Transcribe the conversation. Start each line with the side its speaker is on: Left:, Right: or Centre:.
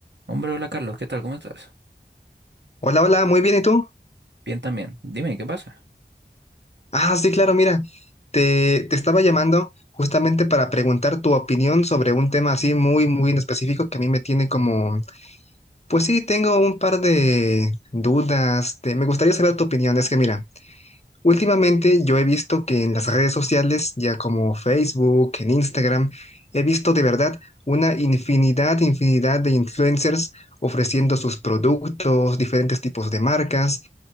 Right: Hombre, hola Carlos, ¿qué tal? ¿Cómo estás?
Left: Hola, hola, muy bien, ¿y tú?
Right: Bien también. Dime, ¿qué pasa?
Left: Ah, sí, claro, mira, te, te estaba llamando justamente para preguntar tu opinión sobre un tema así muy, muy en específico que a mí me tiene como, pues sí, tengo un par de dudas, te- me gustaría saber tu opinión, es que mira. Últimamente yo he visto que en las redes sociales, ya como Facebook, en Instagram, he visto de verdad una infinidad, infinidad de influencers ofreciendo sus productos, diferentes tipos de marcas.